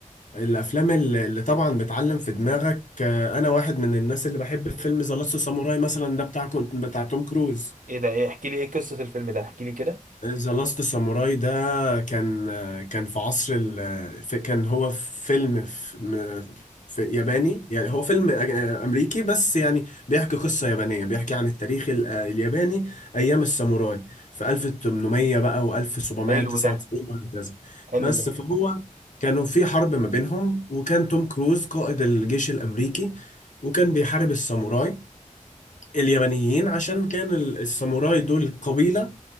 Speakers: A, on the left; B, on the right.
A: الأفلام ال- اللي طبعا بتعلم في دماغك آه، أنا واحد من الناس اللي بحب فيلم ذا لاست ساموراي مثلا ده بتاع كنت- بتاع توم كروز
B: ايه ده ايه احكي لي ايه قصة الفيلم ده احكي لي كده
A: ذا لاست ساموراي ده كان كان في عصر ال... في- كان هو فيلم في... م- في ياباني يعني هو فيلم أج- أمريكي بس يعني بيحكي قصة يابانية بيحكي عن التاريخ ال- الياباني أيام الساموراي في 1800 بقى و1799
B: حلو ده
A: وهكذا
B: حلو
A: بس
B: ده
A: فهو كانوا في حرب ما بينهم وكان توم كروز قائد الجيش الأمريكي وكان بيحارب الساموراي اليابانيين عشان كان ال- الساموراي دول قبيلة